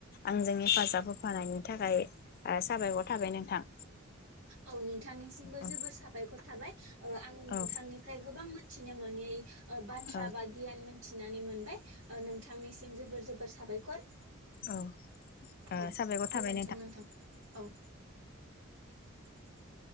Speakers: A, on the left; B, on the right.
A: आंजों हेफाजाब होफानायनि थाखाय साबायखर थाबाय नोंथां।
B: औ नोंथांनिसिमबो
A: औ
B: जोबोर साबायखर थाबाय। ओ आं नोंथांनिफ्राय
A: औ
B: गोबां मिथिनो मोनि बाथ्रा
A: औ
B: बा गियान मोन थिनानै मोनबाय ओ नोंथांनिसिम जोबोर जोबोर साबायखर।
A: औ ओ
B: औ
A: साबायखर
B: गोजोन्थों
A: थाबाय
B: नोंथां औ। <inaudible>